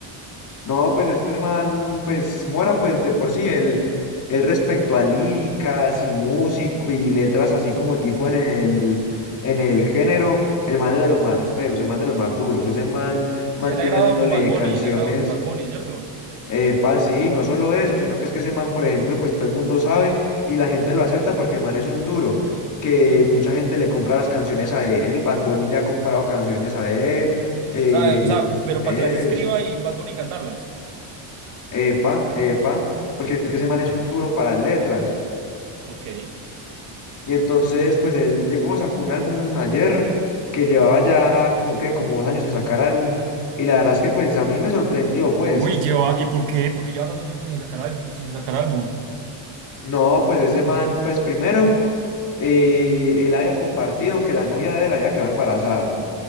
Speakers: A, on the left; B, on the right.
A: No, pues este man, pues Mora, pues de por sí, él, él respecto a líricas y música y letras así como tipo en el, en el género, el man es de los más tesos, el man de los más duros. Ese man mantiene
B: Sí, él ha grabado
A: haciéndole
B: con Bad Bunny,
A: canciones.
B: él ha grabado con Bad Bunny, ¿cierto?
A: Epa, sí, no solo eso, sino que es que ese man, por ejemplo, pues todo el mundo sabe y la gente lo acepta porque el man es un duro, que mucha gente le compra las canciones a él, Bad Bunny le ha comprado canciones a él, eh,
B: O sea, o
A: Ye-
B: sea, p- pero
A: es,
B: para que las escriba y Bad Bunny cantarlas.
A: epa, epa,
B: Ok,
A: porque es que ese man es un duro para las letras.
B: ok.
A: Y entonces, pues él llegó, sacó un álbum ayer que llevaba ya como que, como dos años sin sacar álbum, y la verdad es que pues a mí me sorprendió, pues.
B: Uy, lleva, ¿y por qué? Porque lleva tanto tiempo sin sacar, al- sin sacar álbum.
A: No, pues ese man, pues primero, eh, él había compartido que la novia de él había quedado embarazada.